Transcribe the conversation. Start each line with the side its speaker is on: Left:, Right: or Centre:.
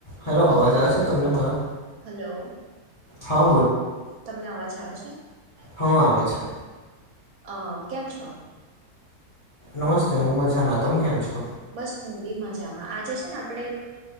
Left: Hello
Right: hello
Left: અવાજ આવ છે તમને મારો.
Right: હલો
Left: હા.
Right: તમને અવાજ આવે છે.
Left: હું આવે છે.
Right: હઅ કેમ છો?
Left: નમસ્તે હું મજા મા. તમે કેમ છો?
Right: બસ હું બી મજામાં. આજે છે ને આપણે એક